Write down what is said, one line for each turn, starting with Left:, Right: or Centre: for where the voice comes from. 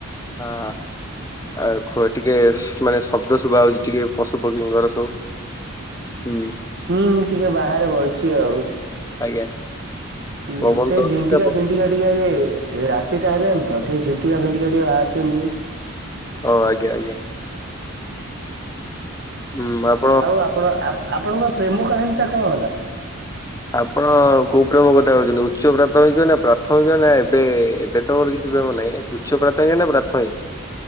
Left: ଆ ଆ ଖୁଆ ଟିକେ, ମାନେ ଶବ୍ଦ ଶୁଭା ହଉଛି, ଟିକେ ପଶୁପକ୍ଷୀଙ୍କର ସବୁ। ହୁଁ।
Right: ହୁଁ, ଟିକେ ବାହାରେ ବଇଛି ଆଉ।
Left: ଆଜ୍ଞା।
Right: ହୁଁ,
Left: ପବନ
Right: ସେଇ
Left: ଦଉଛି
Right: ଝିଣ୍ଟିକା
Left: ଆପଣ
Right: ଫିନ୍ ଟିଆ ଟିକେ ଏ ରାତିଟା ହେଲାଣିି ତ, ସେଇ ଝଣ୍ଟିକା ଫିଣ୍ଟିକା ଟିକେ ବାହାରୁଛନ୍ତି, ଯୋଉ
Left: ଓ ଆଜ୍ଞା ଆଜ୍ଞା। ହୁଁ ଆପ୍
Right: ଆଉ, ଆପଣ ଆପଣଙ୍କ ପ୍ରେମ କାହାଣୀ ଟା କଣ ହେଲା?
Left: ଆପଣ କୋଉ ପ୍ରେମ କଥା କଉଛନ୍ତି, ଉଚ୍ଚ ପ୍ରାଥମିକ ନା ପ୍ରାଥମିକ ନା, ଏବେ -ଏ? ଏବେ ତ ମୋର କିଛି ପ୍ରେମ ନାହିଁ। ଉଚ୍ଚ ପ୍ରାଥମିକ ନା ପ୍ରାଥମିକ!